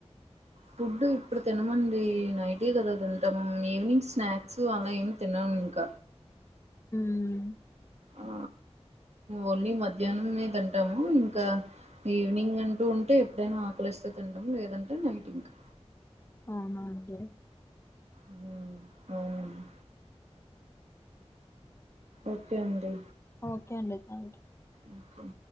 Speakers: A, on the right; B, on the left.
A: ఫుడ్ ఇప్పుడు తినమండి నైటె కదా తింటాము ఈవినింగ్ స్నాక్స్ అలా ఏమి తినము ఇంక
B: ఉమ్
A: ఆ ఓన్లీ మధ్యాహ్నంనే తింటాము ఇంకా ఈవినింగ్ అంటూ ఉంటే ఎప్పుడైనా ఆకలిస్తే తింటాము లేదంటే నైట్ ఇంకా
B: అవునా అండి
A: ఉమ్ అవునండి ఓకే అండి
B: ఓకే అండి థ్యాంక్యూ
A: ఒకే